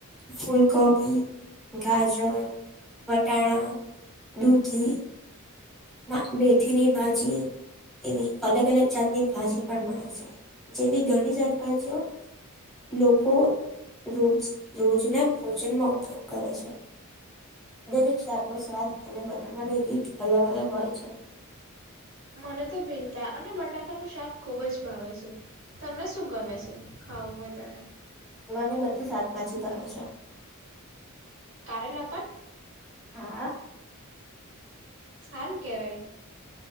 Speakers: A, in the centre; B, on the right.
A: ફૂલગોબી, ગાજર, વટાણા. દૂધી, ના મેથીની ભાજી. એવી અલગ અલગ જાતની ભાજી પણ મળે છે. જેવી ઘણી શાકભાજીઓ લોકો રોજ રોજના ભોજનમાં ઉપયોગ કરે છે. દરેક શાકનો સ્વાદ અને બનાવવાની રીત અલગ અલગ હોય છે.
B: મને તો ભીંડા અને બટાકાનું શાક ખુબ જ ભાવે છે. તમને શું ગમે છે ખાવું વધારે?
A: મને બધું શાકભાજી ભાવે છે.
B: કારેલા પણ?
A: હા
B: સારું કેવાય.